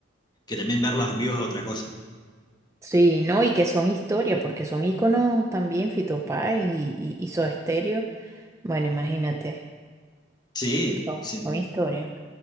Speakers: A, on the left (about 20°); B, on the right (about 15°).
A: que también verlas en vivo es otra cosa.
B: Sí, no, y que son historia, porque son íconos también, Fito Páez y, y, y Soda Stereo. Bueno, imagínate,
A: Sí,
B: son,
A: sin,
B: son historia.